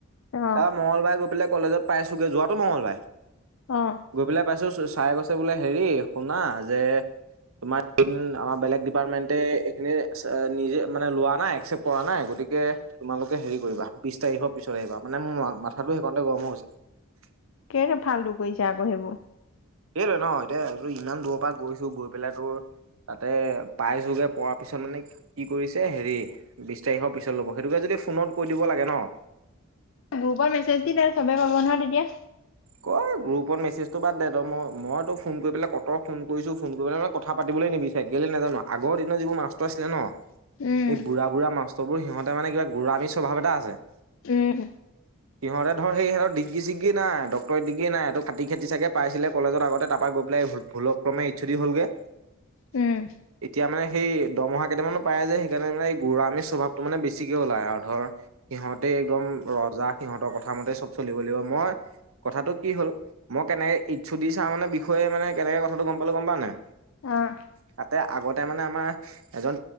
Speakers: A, on the left (about 60°); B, on the right (about 70°).
A: অ
B: তাৰ মঙ্লবাৰে গৈ পেলাই কলেজত পাইছোগে, যোৱাটো মঙ্লবাৰে
A: অঁ।
B: গৈ পেলাই পাইছোঁ, চাৰে কৈছে বোলে, হেৰি শুনা যে তোমাৰ, আমাৰ বেলেগ ডিপাৰ্টমেণ্টে এইখিনি নিজে মানে লোৱা নাই, একচেপ্ট কৰা নাই, গতিকে তোমালোকে হেৰি কৰিবা, বিশ তাৰিখৰ পিছত আহিবা, মানে মোৰ মাথাটো সেইকণতে গৰম হৈ গৈছে।
A: কেলেই ফাল্টো কৰিছে আকৌ সেইবোৰ।
B: সেইটোৱে ন', এতিয়া তোৰ ইমান দূৰৰ পৰা গৈছো, গৈ পেলাই তোৰ তাতে পাইছোগে, পােৱাৰ পিছত মানে কি কৰিছে হেৰি, বিশ তাৰিখৰ পিছত ল'ব, সেইটোকে যদি ফোনত কৈ দিব লাগে ন'।
A: গ্ৰুপত মেছেজ দিয়ক, চবেই পাব নহয় তেতিয়া।
B: ক'ত গ্ৰূপত মেছেজটো বাদ দে, তই, মই, মইতো ফোন কৰি পেলাই কট' ফোন কৰিছোঁ, ফোন কৰি পেলাই মানে কথা পাতিবলৈ নিবিচাৰে কেলে নাজানা আৰু। আগৰ দিনত যিবোৰ মাছ্টৰ আছিলে ন'
A: উম
B: এই বুঢ়া বু়ঢ়া মাষ্টৰবোৰ সিহঁতে মানে কিবা, গু়লামি স্বভাৱ এটা আছে।
A: উম
B: সিহঁতে ধৰ, সেই সিহঁতৰ ডিগ্ৰি-চিগ্ৰি নাই। ডিগ্ৰি নাই, এইটো খাটি খাটি চাগে পাইছিলে কলেজত আগতে, তাৰ পৰা গৈ ভুলক্ৰমে এইচ ও দি হ'লগে। <unintelligible>
A: উম।
B: এতিয়া মানে সেই, দৰমহা কেইটামানো পায় যে, সেইকাৰণে মানে এই গুলামী স্বভাৱটো মানে বেছিকে ওলায় আৰু, ধৰ সিহঁতে একদম ৰজা, সিহঁতৰ কথাামতেই চব চলিব লাগিব, মই কথাটো কি হ'ল, মই কেনেকে এইচ্ ও দি চাৰৰ মানে বিষয়ে মানে কেনেকে কথাটো গম পালো গম পালানে নাই।
A: অ'।
B: তাতে আগতে মানে আমাৰ এজন